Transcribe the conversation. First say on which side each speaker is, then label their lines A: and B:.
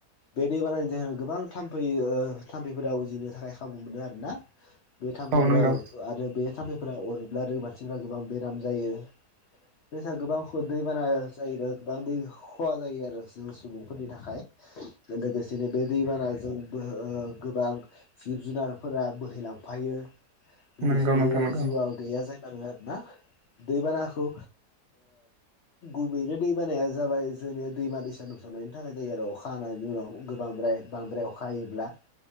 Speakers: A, on the left; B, on the right.
A: बे दै बानायनि थाखाय गोबां थामफै ओ थाम्फैफोरा उजिनो थाखाय खाबु मोनो आरोना बे थाम्फैफोरा
B: औ नंगौ
A: आरो बे थाम्फैफोरा अरब्लानो मानसिफोरा गोबां बेराम जायो बेसा गोबां दैबाना जायो गोबां दै खहा जायो आरो जों सुबुं फोरनि थाखाय लोगोसेनो बे दैबाना जों बोहै ओ गोबां जिब जुनारफोरा बोहैलांफायो
B: नंगौ
A: बे सोरो
B: नोंथां नंगौ
A: जिउआ गैया जायलाङो आरोना दैबानाखौ गुबैनो दै बानाया जाबाय जोंनि दैमा दैसा लोमसारनायनि थाखाय जायो आरो अखा हानायनि उनाव गोबां फ्राय बांद्राय अखा हायोब्ला